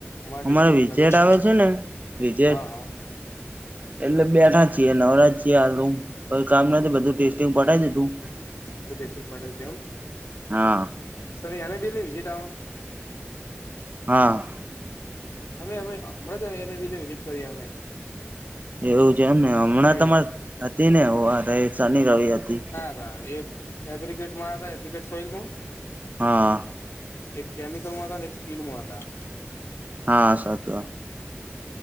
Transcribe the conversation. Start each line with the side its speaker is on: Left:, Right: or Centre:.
Left: ટેસ્ટિંગ
Right: અમારે
Left: નહી
Right: વિજેટ
Left: ખબર
Right: આવે છે ને વિજેટ
Left: હા હા
Right: એટલે બેઠ. ી નવરાજ છીએાલ કામ નથી બધું ટેસ્ટિંગ પઠી દીધું.
Left: <unintelligible> મ
Right: હા
Left: સર એને બીલી વિઝિટ આવ.
Right: હા.
Left: અમે અમે હમણાં તો એને બીને વિઝિટ કરીએ અમે.
Right: એવું છે એમ ને હમણાં
Left: હમ
Right: તમારે હતી ને રસાની રવ હતી.
Left: <unintelligible> સોલમાં.
Right: હા.
Left: એક કેમિકલ હતા અને એક સ્ટીલ માં હતા
Right: હા સાચુ